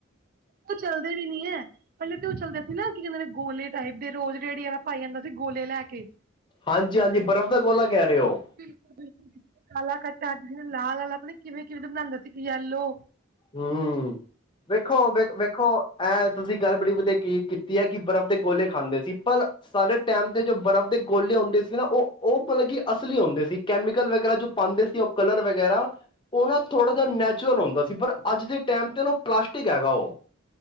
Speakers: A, on the right; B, on the left.
A: ਔਹ ਚੱਲਦੇ ਵੀ ਨੀ ਹੈ। ਪਹਿਲੇ ਤੇ ਔਹ ਚੱਲਦਾ ਸੀ ਨਾ ਕੀ ਕਹਿੰਦੇ ਨੇ ਗੋਲੇ ਟਾਈਪ ਦੇ ਰੋਜ਼ ਰੇੜੀ ਵਾਲਾ ਪਾਈ ਆੰਦਾ ਸੀ ਗੋਲੇ ਲੈ ਕੇ
B: ਹਾਂਜੀ-ਹਾਂਜੀ ਬਰਫ਼ ਦਾ ਗੋਲਾ ਕਹਿ ਰਹੇ ਹੋ?
A: ਬਿਲਕੁਲ ਬਿਲਕੁਲ ਜ ਕਾਲਾ ਕਟਾ, ਲਾਲ ਆਤਾ ਪਤਾ ਨੀ ਕਿਵੇਂ-ਕਿਵੇਂ ਬਣਾੰਦਾ ਸੀ ਯੈਲੋ
B: ਹੂੰ ਵੇਖੋ- ਵੇਖ, ਵੇਖੋ ਇਹਂ ਤੁਸੀਂ ਗੱਲ ਬੜੀ ਵਧਿਯਾ ਕੀ ਕੀਤੀ ਹੈ, ਕਿ ਬਰਫ਼ ਦੇ ਗੋਲੇ ਖਾਂਦੇ ਸੀ ਪਰ ਸਾਰੇ ਟੈਮ ਤੇ ਜੋ ਬਰਫ਼ ਦੇ ਗੋਲੇ ਹੁੰਦੇ ਸੀ ਨਾ ਔਹ, ਔਹ ਮਤਲਬ ਕਿ ਅਸਲੀ ਹੁੰਦੇ ਸੀ। ਕੈਮੀਕਲ ਵਗੈਰਾ ਜੋ ਪਾੰਦੇ ਸੀ ਉਹ ਕਲਰ ਵਗੈਰਾ ਔਹ ਨਾ ਥੋੜ੍ਹਾ ਜਿਯਾ ਨੈਚੁਰਲ ਹੁੰਦਾ ਸੀ ਪਰ ਅੱਜ ਦੇ ਟੈਮ ਤੇ ਉਹਨੂੰ ਪਲਾਸਟਿਕ ਹੈਗਾ ਓ